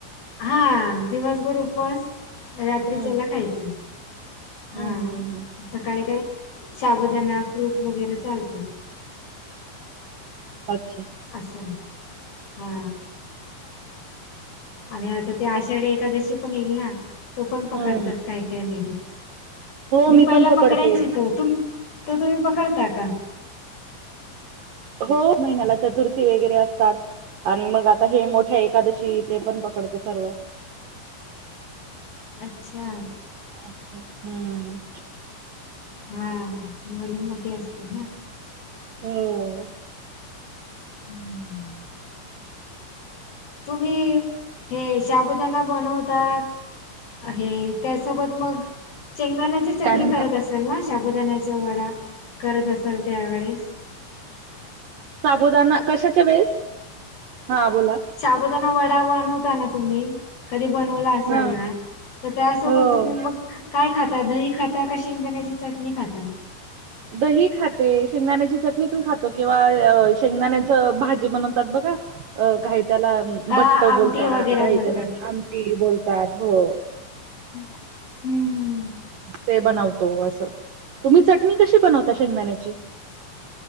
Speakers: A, on the left; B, on the right.
A: हा दिवसभर उपस रात्रीच्याला
B: हम्म
A: खायचं हा
B: हम्म हम् हम्म
A: सकाळी काय साबुदाणा फ्रूट वगैरे चालतात.
B: अच्छा
A: असछा हा आणि आता ते आषाढी एखाद्याशी पण येईल ना तो पण पकडतात
B: हम्म
A: काय काय लेडीज
B: हो
A: मी पहिला
B: पण पकडते
A: पकडायची तो तुम तो तुम्ही पकडता का?
B: हो महिन्याला चतुर्थी वगैरे असतात. आणि मग आता हे मोठ्या एकादशी इथे पण पकडते. सर्व
A: अच्छा
B: अचा हम्म
A: हा हिवाळी मोठी असते ना
B: हम्म
A: हम्म तुम्ही हे शबुदाना बनवता आहे त्यासोबत मग चेंगदाण्याचे चटणी
B: काय म्हणता
A: करत असल ना शबुदाण्याचा वडा करत असेल त्यावेळेस
B: साबुदाना कशाच्या वेळेस हा बोला
A: शाबोदाना वडा बनवता ना तुम्ही कधी बनवला असाल
B: हा
A: ना तर त्यासोबत
B: हो
A: तुम्ही मग काय खाता दही खाता का शेंगदाण्याची चटणी खाता
B: ह दही खाते शेंगदाण्याची चटणी पण खातो किंवा शेंगदाण्याच भाजी बनवतात बघा अ काही त्याला
A: हा
B: बट्ट
A: आमटी
B: बोलतात
A: वगैरे
B: काही
A: बोलतात
B: त्याला आमटी बोलतात हो
A: हम्म हम्म
B: ते बनवतो असं तुम्ही चटणी कशी बनवता शेंगदाण्याची